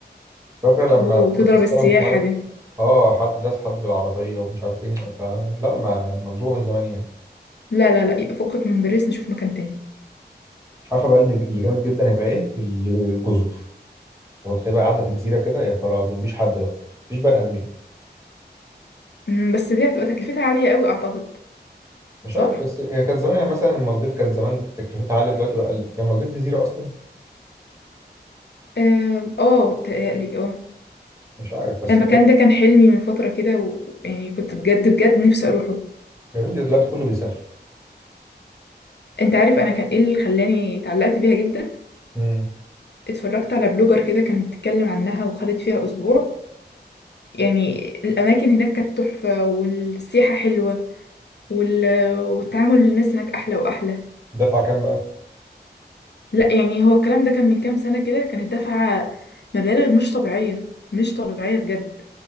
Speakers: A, on the right (about 15°); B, on the left (about 75°).
A: فاكرة لما
B: وتضرب
A: في نص السنة
B: السياحة
A: مش عارف
B: دي
A: اه حد داس حد بالعربية ومش عارف ايه فلا ما مضروبة من زمان يعني
B: لا لا لا فكك من باريس نشوف مكان تاني
A: عارفة بقى اللي اللي جامد جدا هيبقى ايه الجزر هو تخيل بقى قاعدة في جزيرة كده يا خرابي مفيش حد بقى مفيش بني آدمين
B: أمم، بس دي هتبقى تكلفتها عالية قوي اعتقد
A: مش
B: صح
A: عارف بس هي كانت زمان يعني مثلا المالديف كان زمان تكلفتها عالية دلوقتي بقى قلت هي المالديف جزيرة أصلا
B: آم، اه تقالي اه
A: مش عارف بس
B: المكان
A: كانت
B: ده كان حلمي من فترة كده و- ويعني كنت بجد بجد نفسي اروحه
A: يا بنتي دلوقتي كله بيسافر
B: انت عارف انا كان ايه اللي خلاني اتعلقت بيها جدا
A: امم
B: اتفرجت على بلوجر كده كانت بتتكلم عنها وخدت فيها اسبوع يعني الأماكن هناك كانت تحفة والسياحة حلوة وال... والتعامل الناس هناك أحلى وأحلى
A: دفع كام بقى؟
B: لا يعني هو الكلام ده كان من كام سنة كده كانت دافعة مبالغ مش طبيعية مش طبيعية بجد